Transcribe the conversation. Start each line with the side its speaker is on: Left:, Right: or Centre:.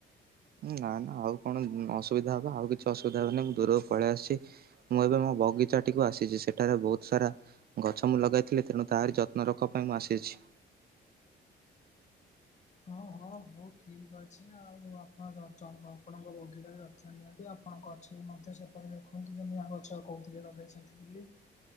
Right: ନା ନା ଆଉ କଣ ଅସୁବିଧା ହବ ଆଉ କିଛି ଅସୁବିଧା ହେବନି। ମୁଁ ଦୂରକୁ ପଳେଇ ଆସିଛି। ମୁଁ ଏବେ ମୋ ବଗିଚାଟିକୁ ଆସିଛି। ସେଠାରେ ବହୁତ ସାରା ଗଛ ମୁଁ ଲଗାଇଥିଲି। ତେଣୁ ତାରି ଯତ୍ନ ରଖ ପାଇଁ ମୁଁ ଆସିଛି।
Left: ହଁ ହଁ ହଉ ଠିକ ଅଛି ଆଉ ଆପଣ <unintelligible> ଆପଣଙ୍କ ବଗିଚାରେ ଯତ୍ନ ନିଅନ୍ତି। ଆପଣଙ୍କ ଅଛି ମଧ୍ୟ ସେପଟେ ଦେଖନ୍ତୁ ଜମିଆଁ ଗଛ କହୁଥିଲେ ଲଗେଇଛନ୍ତି ବୋଲି।